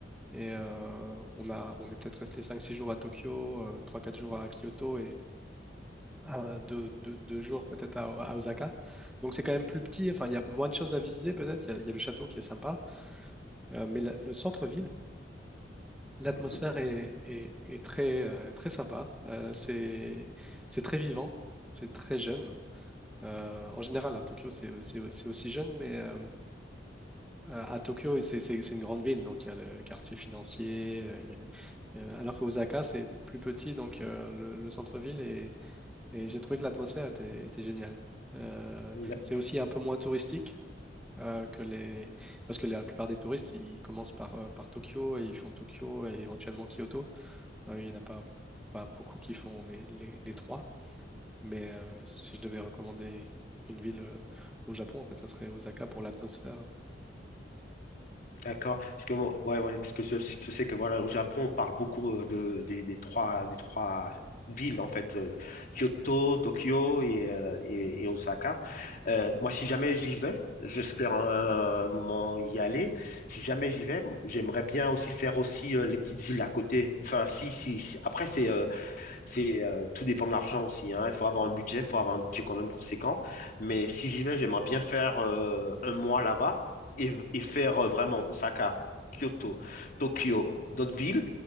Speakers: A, in the centre; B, on the left.
A: Et euh, on a, on est peut-être resté cinq six jours à Tokyo, euh, 3-4 jours à Kyoto et euh, deux 2, jours peut-être à, à Osaka. Donc c'est quand même plus petit, enfin il y a moins de choses à visiter peut-être, il y, a il y a le château qui est sympa, Euh, mais la- le centre-ville, l'atmosphère
B: Mhm.
A: est, est- est très, euh, très sympa, Euh, c'est, c'est très vivant, c'est très jeune. Euh, en général, hein, Tokyo c'est, c'est- c'est aussi jeune, mais euh, Euh, À Tokyo, c'est c'est- c'est une grande ville, donc il y a le quartier financier. euh, il y a les- euh, alors que Osaka, c'est plus petit, donc euh, le, le centre-ville, est- et j'ai trouvé que l'atmosphère était, était géniale. Euh,
B: D'ac-
A: c'est aussi un peu moins touristique euh, que les... Parce que la plupart des touristes, ils commencent par, euh, par Tokyo et ils font Tokyo et éventuellement Kyoto. Euh, il n'y en a pas, pas beaucoup qui font les, les- les trois, mais euh, si je devais recommander une ville euh, au Japon, en fait, ça serait Osaka pour l'atmosphère.
B: D'accord. Parce que moi- ouais, ouais, parce que je, je sais que voilà au Japon on parle beaucoup euh, de des, des trois des trois villes en fait euh, Kyoto, Tokyo et, euh, et, et Osaka. Euh, moi si jamais j'y vais, j'espère un, moment y aller. Si jamais j'y vais, j'aimerais bien aussi faire aussi euh, les petites îles à côté. Enfin si si, si- après c'est euh, C'est euh, tout dépend de l'argent aussi, hein. Il faut avoir un budget, il faut avoir un budget quand même conséquent. Mais si j'y vais, j'aimerais bien faire euh, un mois là-bas et, et faire euh, vraiment Osaka, Kyoto, Tokyo, d'autres villes